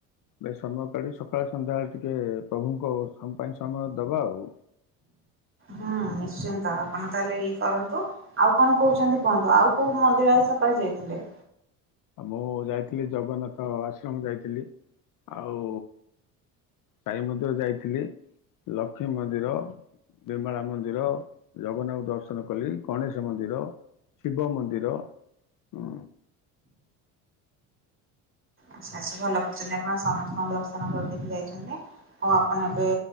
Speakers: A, on the left; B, on the right.
A: ବ ସମୟ କାଲି ସକାଳେ ସନ୍ଧ୍ୟାବେଳେ ଟିକେ ପ୍ରଭୁଙ୍କ ପାଇଁ ସମୟ ଦବା ଆଉ।
B: ହୁଁ ନିଶ୍ଚିନ୍ତ ଆପଣ ତାହେଲେ ଇଏ କରନ୍ତୁ ଆଉ କଣ କହୁଛନ୍ତି କୁହନ୍ତୁ, ଆଉ କୋଉ ମନ୍ଦିର ଆଇ ସ ପରେରେ ଯାଇଥିଲେ।
A: ଆଉ ମୁଁ ଯାଇଥିଲି ଜଗନ୍ନାଥ ଆଶ୍ରମ ଯାଇଥିଲି, ଆଉ ସାଇ ମନ୍ଦିର ଯାଇଥିଲି, ଲକ୍ଷ୍ମୀ ମନ୍ଦିର, ନିର୍ମଳା ମନ୍ଦିର, ଜଗନ୍ନାଥଙ୍କୁ ଦର୍ଶନ କଲି, ଗଣେଶ ମନ୍ଦିର, ଶିବ ମନ୍ଦିର, ହ
B: ଆଚଛା ଆଛା ଭଲ କରିୁଛନ୍ତି, ଆପଣ ସମସ୍ତଙ୍କୁ ଦର୍ଶନ କରିଦେଇକି ଯାଇଛନ୍ତି, ଆଉ ଆପଣ ଏବେ